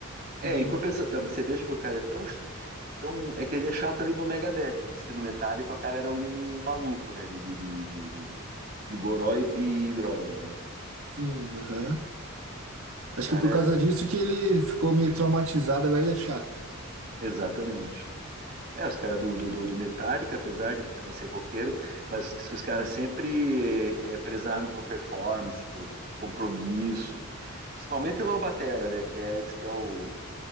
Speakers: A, on the right; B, on the right.
A: Sim,
B: É, em compensação, é, mas você veja que o cara é tão, ch- tão. É que ele é chato ali no Megadeth, que diz que no Metallica o cara era um maluco, né, de, de, de, de, de- de goró e, e droga, né?
A: sim, aham.
B: O
A: Acho
B: cara
A: que por
B: era.
A: causa disso que ele ficou meio traumatizado, agora ele é chato.
B: Exatamente. É, os caras do, do, do do Metallica, apesar de também ser roqueiro, mas os, os caras sempre eh, eh, prezaram por performance, por compromisso. Principalmente lá o Batera, né? Que é, diz que é o,